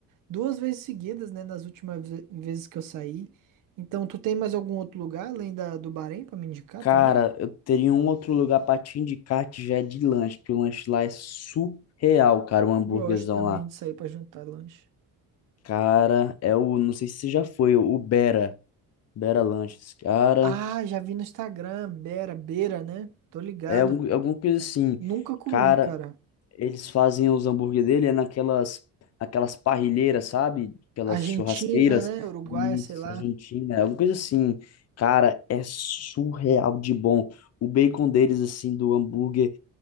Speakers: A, on the right; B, on the left.
A: duas vezes seguidas, né? Nas últimas ve- vezes que eu saí. Então, tu tem mais algum outro lugar além da, do Bahrein pra me indicar
B: Cara,
A: também?
B: eu teria um outro lugar pra te indicar que já é de lanche, porque o lanche lá é surreal, cara, o hambúrguerzão
A: Gosto também
B: lá.
A: de sair pra jantar e lanche.
B: Cara, é o, não sei se você já foi, o Bera, Bera Lanches, cara,
A: Ah, já vi no Instagram, Beira, Beira, né? Tô ligado.
B: é algum, alguma coisa assim.
A: Nunca comi,
B: Cara,
A: cara.
B: Eles fazem os hambúrguer dele é naquelas aquelas parrilheiras, sabe? Aquelas
A: Argentina,
B: churrasqueiras.
A: né? Uruguaia,
B: Isso,
A: sei lá.
B: Argentina, é uma coisa assim. Cara, é surreal de bom. O bacon deles, assim, do hambúrguer,